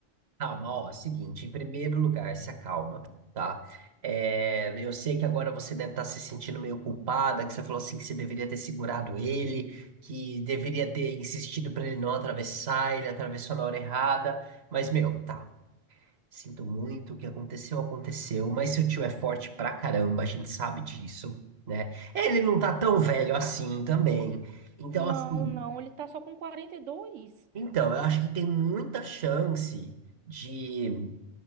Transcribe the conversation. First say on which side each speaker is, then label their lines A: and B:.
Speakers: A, on the right; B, on the right.
A: Calma, ó, é o seguinte, em primeiro lugar, se acalma, tá? É, eu sei que agora você deve estar se sentindo meio culpada, que você falou assim que você deveria ter segurado ele, que deveria ter insistido para ele não atravessar, ele atravessou na hora errada, mas, meu, tá, sinto muito, o que aconteceu, aconteceu, mas seu tio é forte pra caramba, a gente sabe disso, né? Ele não tá tão velho assim também, então,
B: Não,
A: assim,
B: não, ele tá só com quarenta e dois
A: então, eu acho que tem muita chance de...